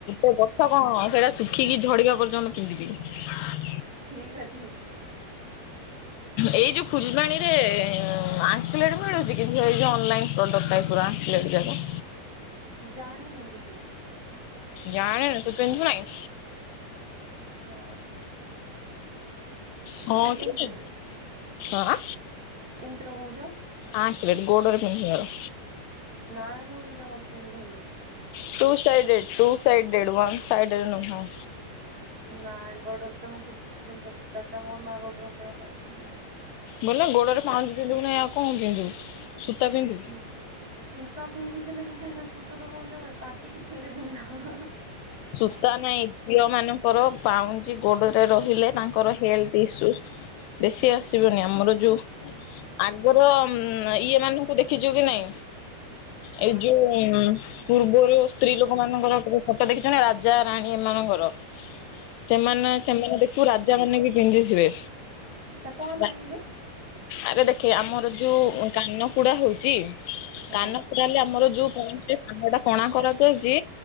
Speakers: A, on the left; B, on the right.
A: ଏ ବତକ ସେଇଟା ଶୁଖିକି ଝଡିବା ପର୍ଯ୍ୟନ୍ତ ପିନ୍ଧିବି।
B: <unintelligible> ଠିକ୍ ଅଛି।
A: ଏଇ ଯୋଉ ଫୁଲବାଣୀରେ ଆସିଲେଟ ମିଳୁଛି କି ଏଇ ଯୋଉ ଅନଲାଇନ ପ୍ରଡକ୍ଟ ଟାଇପ୍? ପ୍ରାନ୍ସଲେଟ ଜାଗ।
B: ଜାଣିନି ଦିଦି।
A: ଜାଣିନୁ ତୁ ପିନ୍ଧୁ ନାଇଁ।
B: ହଁ।
A: ହଁ
B: ସେଟା କେମିତି
A: କି। ଆଁ ଆ
B: କିମିତି ରଗୁଛ।
A: ଆ କି ବେବି ଗୋଡ଼ରେ ପିନ୍ଧିବାର।
B: ନାଇଁ ମୁଁ ସେଯାକ ପିନ୍ଧୁନି।
A: ଟୁ ସାଇଡ଼୍‌ ଡ଼େଡ଼୍‌ ଟୁ ସାଇଡ଼୍‌ ଡ଼େଡ଼୍‌ ଦେଢ଼ସାଇଡ଼େଡ଼୍‌ ନୁହଁ।
B: ନାଇଁ ଗଡ଼ରେ ତ ମୁଁ କିଛି ପିନ୍ଧୁନି। ଚାଚା ମନା କରୁଥିଲେ ପିନ୍ଧିବା ପାଇଁ <unintelligible> <inaudible>
A: ବୋଲେ ଗୋଡରେ ପାଉଚିଂ ପିନ୍ଧିବୁ ନାହିଁ ଆଉ କଣ ପିନ୍ଧିବୁ ସୂତା ପିନ୍ଧିବୁ।
B: ହୁଁ। ସୂତା ପିନ୍ଧିଥିଲି ଦିଦି ସେ ସୂତା ସବୁ ସେ କାଟିକି ଛିଡିେଇଦେଲା ଆଃ ଆଃ।
A: ସୂତା ନାଇଁ ଝିଅ ମାନଙ୍କର ପାଉଁଜି ଗୋଡରେ ରହିଲେ ତାଙ୍କର ହେଲର୍ଥ ଇସ୍ୟୁ ବେଶୀ ଆସିବନି। ଆମର ଯୋଉ ଆଗର ଇଏ ମାନଙ୍କୁ ଦେଖିଛୁ କି ନାଇଁ!
B: କଣ
A: ଏଇ ଯୋଉ ପୂର୍ବରୁ ସ୍ତ୍ରୀ ଲୋକ ମାନଙ୍କର ଫୋଟ ଦେଖୁଛୁ ରାଜା ରାଣୀ ଏମାନଙ୍କର। ସେମାନେ ସେମାନେ ଦେଖିବୁ ରାଜା ମାନେ ବି ପିନ୍ଧିଥିବେ।
B: ସେ କଣ ପାଇଁ
A: ରା
B: ଦିଦି
A: ଆରେ ଦେଖେ ଆମର ଯୋଉ କାନ ପୁଡା ହଉଛି।
B: ହଁ
A: କାନ ପୁଡ଼ା ହେଲେ ଆମର ଯୋଉ ପଉଁଜି ରେ କାନଟା କଣା କରାଯାଉଛି।